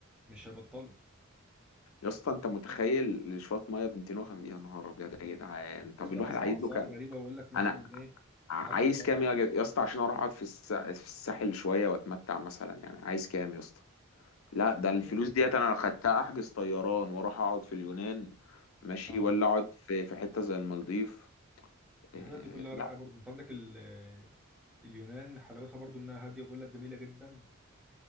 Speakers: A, in the centre; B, on the left (about 70°).
A: مش هيبطلوا
B: يا اسطى انت متخيل لشويه ميه ب 250 يا نهار ابيض يا جدعان
A: بس
B: طب
A: بقى
B: الواحد
A: بسمع
B: عايز
A: اسعار
B: له كام
A: غريبة ويقول لك مثلا
B: انا
A: ايه
B: عايز
A: عارف الب...
B: كام يا جد- يا اسطى عشان اروح اقعد في الس... في الساحل شويه واتمتع مثلا يعني عايز كام يا اسطى لا
A: يعني
B: ده
A: كده.
B: الفلوس ديت انا لو خدتها احجز طيران واروح اقعد في اليونان ماشي
A: اه
B: ولا اقعد في في حته زي المالديف
A: الحاجات
B: إيه،
A: دي كلها
B: لا
A: رايقة برضو انت عندك ال... اليونان حلاوتها برضو انها هادية وبيقول لك جميلة جدا